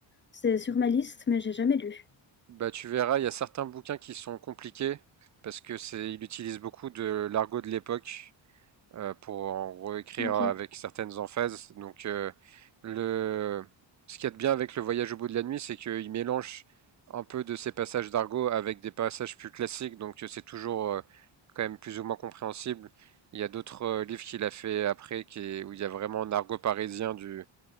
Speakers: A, on the left; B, on the right.
A: C'est sur ma liste, mais j'ai jamais lu.
B: Bah, tu verras, il y a certains bouquins qui sont compliqués parce que c'est il utilise beaucoup de l'argot de l'époque. euh, pour en réécrire
A: Ok.
B: avec certaines emphases. Donc, euh, le... ce qu'il y a de bien avec le voyage au bout de la nuit, c'est qu'il mélange un peu de ces passages d'argot avec des passages plus classiques, donc euh, c'est toujours euh, quand même plus ou moins compréhensible. Il y a d'autres euh, livres qu'il a fait après qui est- où il y a vraiment un argot parisien du